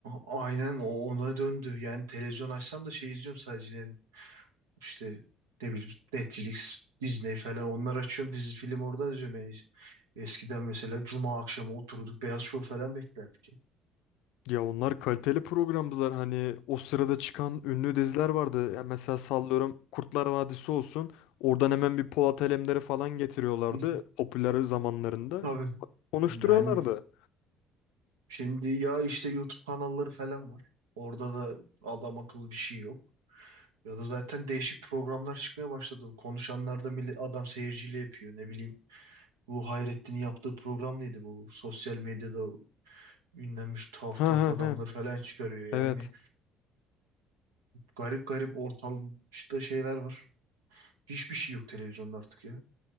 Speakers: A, on the right; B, on the left.
A: aynen o ona döndü. Yani televizyon açsam da şey izliyorum sadece. Yani işte ne bileyim Netflix, Disney falan onları açıyorum. Dizi film oradan izliyorum. Yani eskiden mesela cuma akşamı oturduk beyaz şov falan beklerdik ya.
B: Ya onlar kaliteli programdılar. Hani o sırada çıkan ünlü diziler vardı. Ya mesela sallıyorum Kurtlar Vadisi olsun. Oradan hemen bir Polat Alemdar'ı falan
A: Hı.
B: getiriyorlardı.
A: <laughs>
B: Popüler zamanlarında.
A: Tabii.
B: Konuşturuyorlardı.
A: Yani Şimdi ya işte YouTube kanalları falan var. Orada da adam akıllı bir şey yok. Ya da zaten değişik programlar çıkmaya başladı. Konuşanlarda millet, adam seyirciyle yapıyor. Ne bileyim bu Hayrettin'in yaptığı program neydi bu? Sosyal medyada ünlenmiş tuhaf
B: Ha
A: tuhaf
B: ha
A: adamları
B: ha.
A: falan çıkarıyor.
B: Evet.
A: Yani garip garip ortalıkta şeyler var. Hiçbir şey yok televizyonda artık ya.